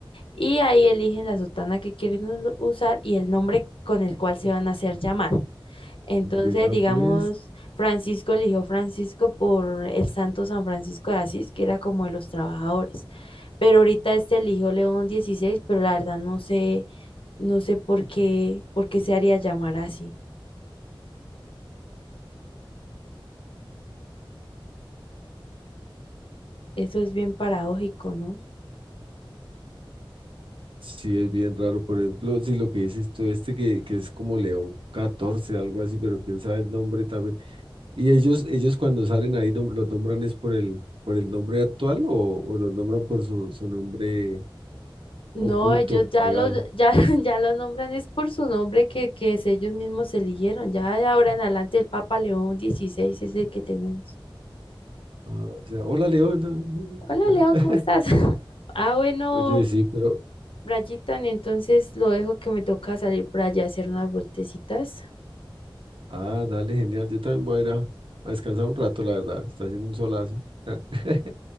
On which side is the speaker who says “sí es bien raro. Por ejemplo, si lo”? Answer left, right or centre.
Right